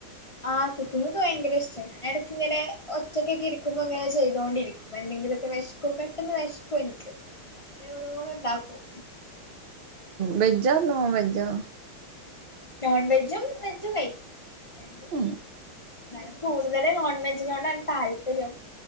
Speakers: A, on the left (about 15°); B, on the right (about 45°).
A: ആഹ് കുക്കിംഗ് എനിക്ക് ഭയങ്കര ഇഷ്ട്ട ഞാനെടയ്ക്ക് ഇങ്ങനെ ഒറ്റക്കൊക്കെ ഇരിക്കുമ്പോ ഇങ്ങനെ ചെയ്തോണ്ടിരിക്കും. എന്തെിലൊക്കെ വെശക്കും പെട്ടെന്ന് വെശ്ക്കും എനിക്ക്. അങ്ങനെ ഓരോുന്ന് ഇണ്ടാക്കും.
B: വെജ ആ നോൺ വെജാ
A: നോൺ വെജും വെജും കയിക്കും രണ്ടും
B: ഉം
A: എന്താലും കൂടുതല് നോൺ വെജിനോടാണ് താല്പര്യം